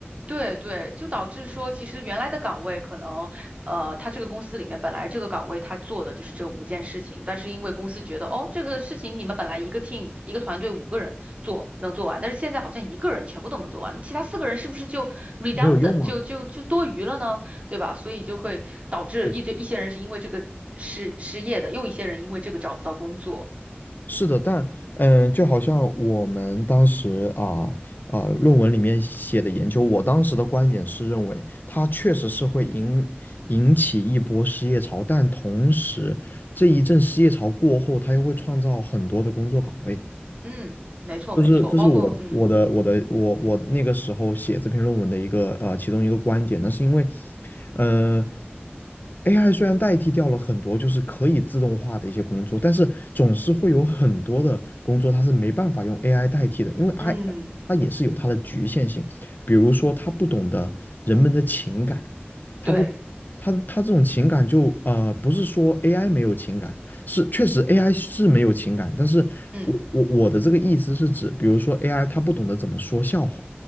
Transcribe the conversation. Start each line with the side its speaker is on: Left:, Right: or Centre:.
Right: 对对，就导致说，其实原来的岗位可能，呃，他这个公司里面本来这个岗位他做的就是这五件事情，但是因为公司觉得，哦，这个事情你们本来一个 team 一个团队五个人做能做完，但是现在好像一个人全部都能做完，那其他四个人是不是就 redundant
Left: 没有用啊。
Right: 就就就多余了呢？对吧？所以就会导致一堆一些人是因为这个失失业的，
Left: 确实。
Right: 又一些人因为这个找不到工作。
Left: 是的，但嗯，就好像我们当时啊啊、论文里面写的研究，我当时的观点是认为它确实是会引引起一波失业潮，但同时这一阵失业潮过后，它又会创造很多的工作岗位。
Right: 嗯，没错没错，
Left: 这是这是我我的我的我我那个时候写这篇论文的一个呃其中一个观点，
Right: 包括嗯
Left: 那是因为，呃，AI 虽然代替掉了很多就是可以自动化的一些工作，但是总是会有很多的工作它是没办法用 AI 代替的，因为 I
Right: 嗯
Left: 它也是有它的局限性，比如说它不懂得人们的情感，它不它它这种情感就呃不是说
Right: 对
Left: AI 没有情感，是，确实 AI 是没有情感，但是我我我的这个意思是指，
Right: 嗯
Left: 比如说 AI 它不懂得怎么说笑话，